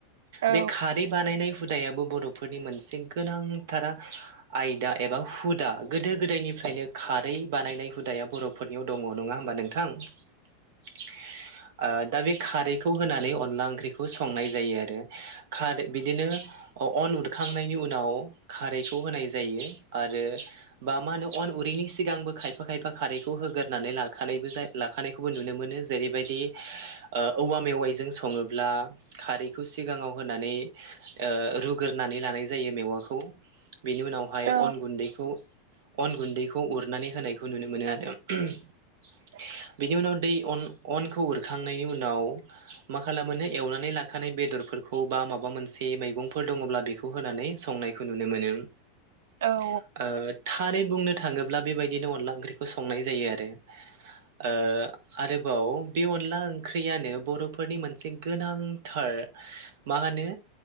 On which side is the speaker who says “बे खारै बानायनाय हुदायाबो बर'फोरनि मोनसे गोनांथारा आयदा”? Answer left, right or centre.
Right